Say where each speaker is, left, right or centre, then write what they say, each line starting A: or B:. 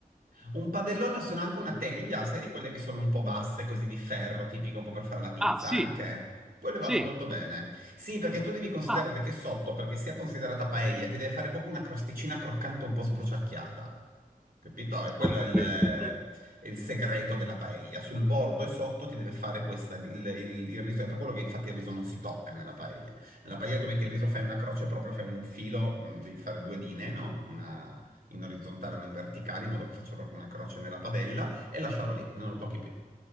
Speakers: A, on the right; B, in the centre.
A: Un padellone o se no anche una teglia, sai di quelle che sono un po' basse, così di ferro, tipica un po' per fare la pizza
B: Ah, sì,
A: anche? Quelle vanno
B: sì.
A: molto bene. Sì, perché tu devi considerare
B: Ah,
A: che sotto, perché sia considerata paella, ti deve fare proprio una crosticina croccante un po' sbruciacchiata. Capito? E quello
B: ah,
A: è il, è
B: vedi, vedi.
A: il segreto della paella. Sul bordo e sotto ti deve fare questa, il, il- il riso, è per quello che infatti il riso non si tocca nella paella. Nella paella tu metti
B: Certo.
A: il riso, fai una croce, proprio fai un filo, mh, devi fare due linee, no? Una in orizzontale e una in verticale, in modo che faccia proprio una croce nella padella e lasciarlo lì, non lo tocchi più,